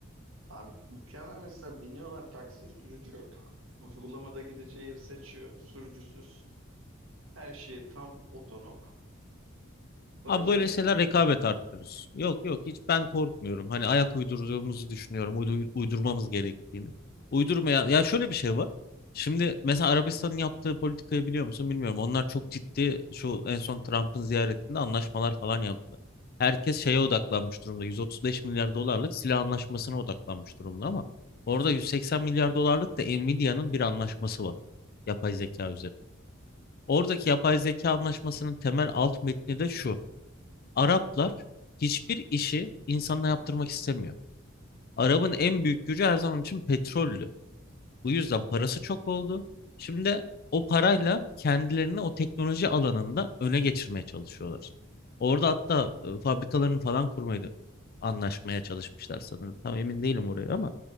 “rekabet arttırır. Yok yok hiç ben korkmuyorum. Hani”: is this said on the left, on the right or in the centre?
Left